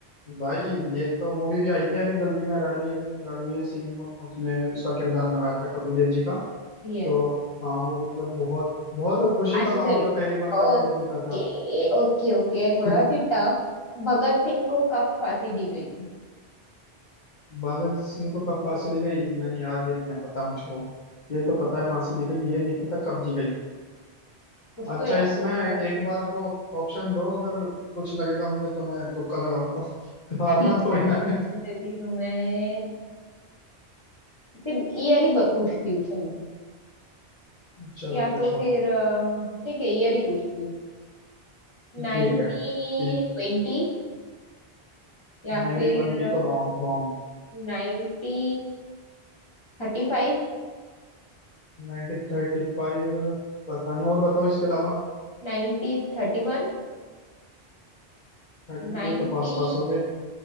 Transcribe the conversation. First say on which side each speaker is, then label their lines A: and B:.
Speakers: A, on the left; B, on the left.
A: भाई ये तो मूवी भी आई थी अभी जल्दी में रणवीर रणवीर सिंह उसने उसका किरदार निभाया था कपिल देव जी का
B: यस
A: तो हाँ वो मतलब बहुत बहुत खुशी
B: अच्छा
A: का माहौल
B: चलो
A: था पहली बार
B: ओके
A: जब इंडिया जीता था
B: ओके ओके थोड़ा
A: <laughs>
B: सी टफ भगत सिंह को कब फांसी दी गई थी
A: भगत सिंह को कब फांसी दी गई नहीं यार ये नहीं है पता मुझको ये तो पता है फांसी दी गई ये नहीं पता कब दी गई
B: कुछ
A: अच्छा
B: तो याद
A: इसमें
B: हो थोड़ा
A: एक बार को ऑप्शन दो अगर कुछ लगेगा मुझे तो मैं तुक्का लगाऊंगा <laughs> हारना
B: ठीक
A: थोड़ी
B: है
A: ना
B: ऑप्शन
A: है
B: देती हूँ मैं सिर्फ ईयर ही ब- पूछती हूँ चलो
A: <laughs> चलो
B: या
A: पूछो
B: तो फिर अ, ठीक है ईयर ही पूछती हूँ
A: ठीक
B: नाइनटी
A: है ठीक
B: ट्वेंटी या
A: 90
B: फिर
A: ट्वेंटी तो रॉन्ग रॉन्ग
B: ninety thirty five
A: 90 थर्टी फाइव पता नहीं और बताओ इसके अलावा
B: ninety thirty one
A: थर्टी
B: ninety
A: पे तो पास पास हो गए